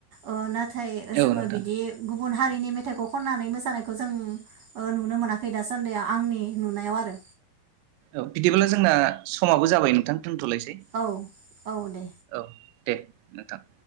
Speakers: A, on the right; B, on the right.
A: ओ नाथ थाय ओ
B: औ
A: जोंङो
B: नोंथां
A: बिदि गुब गुबुन हारिनि मेथाइखौ खननानै मोसानायखौ जों ओ नुनो मोनाखै दासान्दिया आंनि नुनायाव आरो
B: औ बिदि बालाय जोंना समाबो जाबाय नोंथां। दोनथलायसै
A: औ औ दे
B: औ दे नोंथां